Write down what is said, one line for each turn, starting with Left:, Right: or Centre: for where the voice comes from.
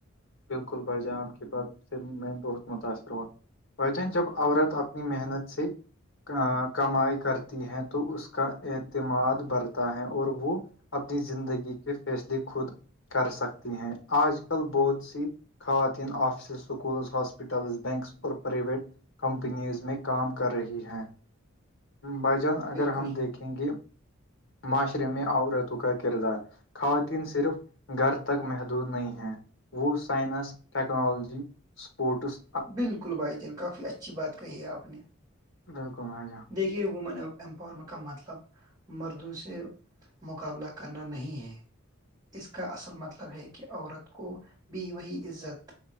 Left: بالکل ب جائیں آپ کی بات سے میں بہت متاثر ہوا بھچان جب عورت اپنی محنت سے کمائی کرتی ہے تو اس کا اعتماد بڑھتا ہے اور وہ اپنی زندگی کے فیصلے خود کر سکتی ہیں آج کل بہت خواتین آفسز سکولز ہاسپٹلز بینکس اور پریویٹ کمپنیز میں کام کر رہی ہیں بھ جان اگر
Right: بالکل
Left: ہم دیکھیں گے معاشرے میں عورتوں کا کردار خواتین صرف گھر تک محدود نہیں ہیں وہ سائنس ٹیکنالوجی سپوٹس
Right: بالکل بھائی جان کافی اچھی بات کہی ہے آپ نے
Left: بالکل بھ ج
Right: دیکھیے وومن امپاورمنٹ کا مطلب مردوں سے مقابلہ کرنا نہیں ہے اس کا اصل مطلب ہے کہ عورت کو بھی وہی عزت